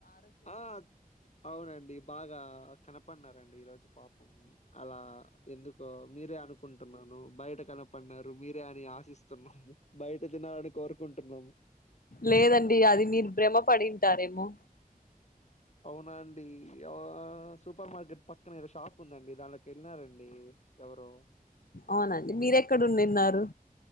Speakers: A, on the left; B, on the left.
A: ఆ అవునండి బాగా కనప కనపన్నారండి పాపం ఈ రోజు పాపం అలా ఎందుకో మీరే అనుకుంటున్నాను బయట కన పన్నారు మీరే అని ఆశిస్తున్నాము బయట తినాలని కోరుకుంటున్నాము
B: లేదండి అది మీరు భ్రమ పడింటారేమో
A: అవునాండి ఆ సూపర్ మార్కెట్ పక్కనేద షాప్ ఉందండి దానిలోకి వెళ్ళినారండి ఎవరు
B: అవునండి మీర ఎక్కడుండిన్నారు